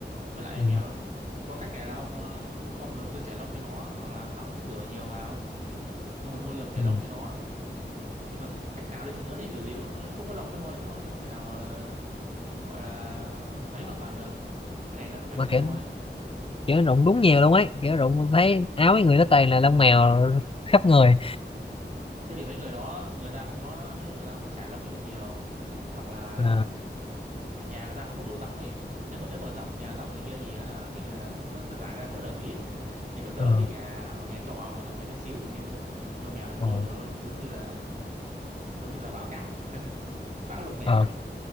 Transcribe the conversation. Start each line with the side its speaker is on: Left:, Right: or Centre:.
Right: với lại
Left: Ừ.
Right: mèo có cách này là ông ờ, ông thường xuyên chải lông cho nó hoặc là tắm rửa nhiều vào không phải mua lược chảy
Left: Ừ.
Right: lông cho nó nhưng mà cái cách nào đi chăng nữa thì kiểu gì nó nó, nó cũng có lông em ơi chứ không chứ không thể nào mà gọi là ấy hoàn toàn được cái này nó phải
Left: mà
Right: chịu
Left: kiểu
Right: thôi
Left: kiểu rụng đúng
Right: ừ.
Left: nhiều luôn ấy kiểu rụng thấy áo mấy người nó toàn là lông mèo khắp người
Right: thế thì mấy người đó người ta không có thứ nhất là người ta không có trải lông cho nó nhiều hoặc là
Left: Ờ,
Right: nhà người ta không có đủ rộng ấy nếu mà nếu mà rộng nhà rộng này kia thì hả, kiểu như là nó, nó giải ra mỗi đời một ít <laughs> thì còn đỡ
Left: ờ,
Right: chứ nhà ở nhà trọ mà ở nhà bé xíu này kia nuôi nuôi mèo thì thôi
Left: ờ.
Right: rồi luôn giống như là giống như là bão cát <laughs> bão lông mèo
Left: Ờ,
Right: ấy